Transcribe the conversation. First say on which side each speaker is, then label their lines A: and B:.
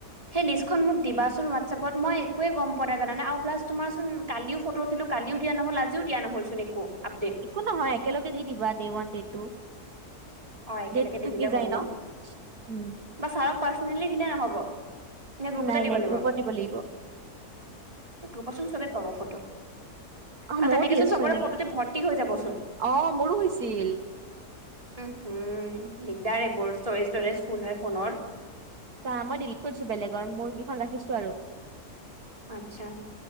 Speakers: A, on the right (about 20°); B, on the right (about 80°).
A: সেই লিষ্টখন মোক দিবাচোন হোৱাটচএপত মই একোৱে গম পোৱা নাই জনানে আৰু প্লাচ তোমাৰ চোন কালিও ফটো উঠিলো কালিও দিয়া নহল আজিও দিয়া নহল চোন একো আপডেট
B: একো নহয় একেলগে দি দিবা দে ওৱান দে টু
A: অ একেলগে
B: ডেটটো
A: দি
B: থাকি
A: দিলে হ'ল
B: যায়
A: ন
B: উম
A: বা ছাৰক পাৰ্চনেলি দিলে নহ'ব এ গ্ৰুপতে
B: নাই
A: দিব
B: নাই
A: লাগিব
B: গ্ৰুপত দিব লাগিব
A: গ্ৰুপত চোন চবে পাব ফটো
B: অ
A: আৰু
B: মইও
A: তেনেকেচোন
B: দি আছো
A: চবৰে
B: এনেকে
A: ফটোতে ভৰ্তি হৈ যাবচোন
B: অ মোৰো হৈছিল
A: উম হুম দিগদাৰে এইবোৰ ষ্টৰেজ ষ্টৰেজ ফুল হয় ফোনৰ
B: ত মই দিলিট কৰিছো বেলেগৰ মোৰ কেইখন ৰাখিছো আৰু
A: আচ্ছা